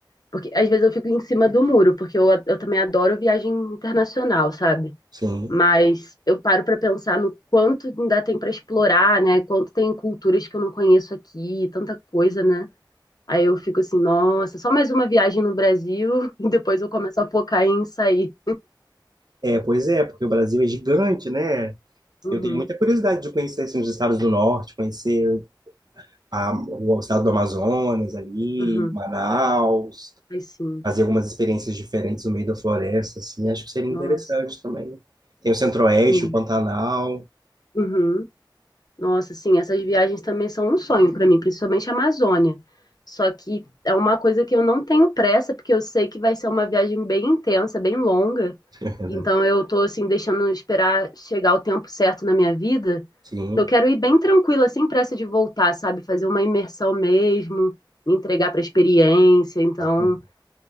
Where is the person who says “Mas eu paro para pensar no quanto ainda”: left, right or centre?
Left